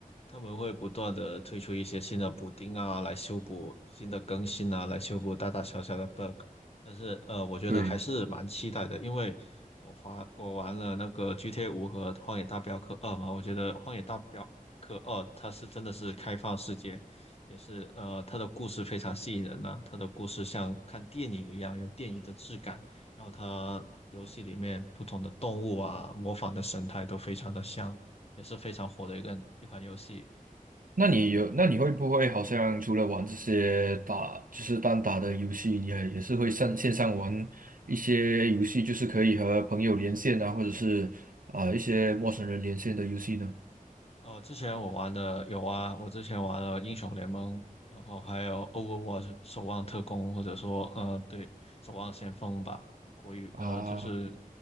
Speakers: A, on the left (about 45°); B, on the right (about 70°).
A: 他们会不断的推出一些新的补丁啊，来修补新的更新啊，来修补大大小小的 bug。但是呃，我觉得还是蛮期待的，
B: 对。
A: 因为我花我玩了那个 GTA 五和《荒野大镖客二》嘛，我觉得《荒野大镖客二》它是真的是开放世界，也是呃它的故事非常吸引人呐、它的故事像看电影一样，有电影的质感。然后它游戏里面不同的动物啊，模仿的神态都非常的像，也是非常火的一个一款游戏。
B: 那你有，那你会不会好像除了玩这些打，就是单打的游戏，你也也是会上线上玩一些游戏，就是可以和朋友连线啊，或者是啊、一些陌生人连线的游戏呢？
A: 呃，之前我玩的有啊，我之前玩了英雄联盟，然后还有 Overwatch 守望特工，或者说呃，对，守望先锋吧，国语呃就是
B: 啊